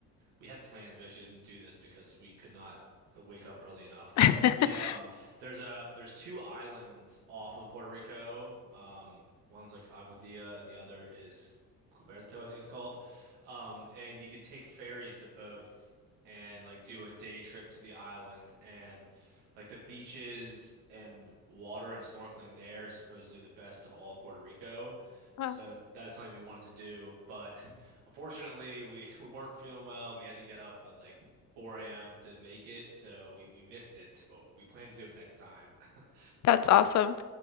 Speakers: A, on the right; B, on the left.
A: we had plans. We actually didn't do this because we could not wake up early enough.
B: <laughs>
A: But we um there's a there's two islands off of Puerto Rico. Um, one's like Aguadilla and the other is Cuberto, I think it's called. Um, and you can take ferries to both and like do a day trip to the island and like the beaches and water and snorkeling there is supposedly the best of all of Puerto Rico.
B: Wow,
A: So that is something we wanted to do, but <laughs> Unfortunately, we, <laughs> we weren't feeling well and we had to get up at like 4 a.m. to make it, so we, we missed it, but we plan to do it next time. <laughs>
B: that's awesome.